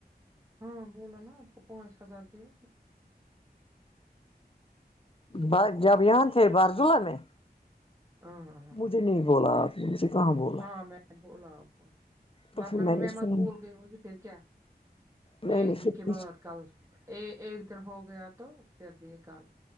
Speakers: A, on the right; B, on the left.
A: ہاں بولا نا آپ کو پانچ ہزار دیے
B: بار جب یہاں تھے بارزولہ میں
A: ہاں ہاں ہاں
B: مجھے نہیں بولا آپ نے مجھے کہاں بولا
A: ہاں میں نے بولا آپ کو
B: تو
A: ورنہ
B: پھر
A: میں
B: نے
A: میں مت
B: سنا
A: بھول گئی ہونگی پھر کیا
B: میں
A: ایک
B: نے
A: دن
B: پھر
A: کے بعد کل اے ایک دن ہو گیا تو پھر دیے کل